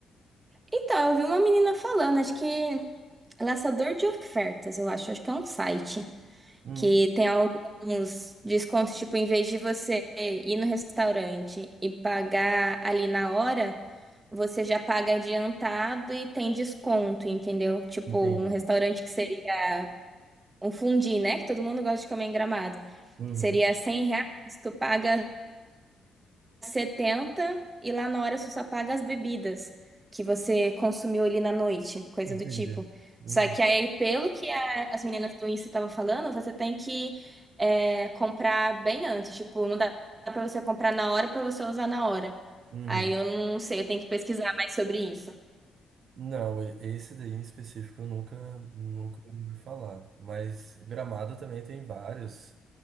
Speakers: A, on the right; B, on the right.
A: Então, eu vi uma menina falando, acho que é laçador de ofertas, eu acho, acho que é um site.
B: Uhum.
A: que tem alguns descontos, tipo, em vez de você ir no restaurante e pagar ali na hora, você já paga adiantado e tem desconto, entendeu? Tipo,
B: Entendi.
A: um restaurante que seria um fundi, né? Que todo mundo gosta de comer em Gramado.
B: Uhum.
A: Seria 100 reais, tu paga 70 e lá na hora você só paga as bebidas que você consumiu ali na noite, coisa
B: Entendi.
A: do tipo.
B: Uhum.
A: Só que aí, pelo que a- as meninas do Insta estavam falando, você tem que é, comprar bem antes. Tipo, não dá pra você comprar na hora pra você usar na hora.
B: Uhum.
A: Aí eu não sei, eu tenho que pesquisar mais sobre isso.
B: Não, e- esse daí em específico eu nunca, nunca ouvi falar. Mas Gramado também tem vários,